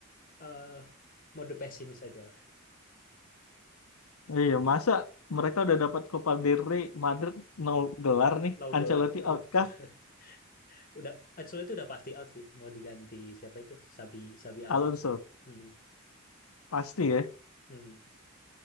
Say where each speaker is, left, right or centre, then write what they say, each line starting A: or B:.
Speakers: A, on the left; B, on the left.
A: eh mode pesimis aja
B: Iya, masa mereka udah dapat Copa del Rey, Madrid nol gelar nih,
A: no
B: Ancelotti
A: gelar. Aduh,
B: out
A: <laughs>
B: kah?
A: udah Ancelotti itu udah pasti out sih. Mau diganti siapa itu? Sabi Sabi
B: Alonso
A: Alonso. Hmm,
B: pasti ya.
A: hmm.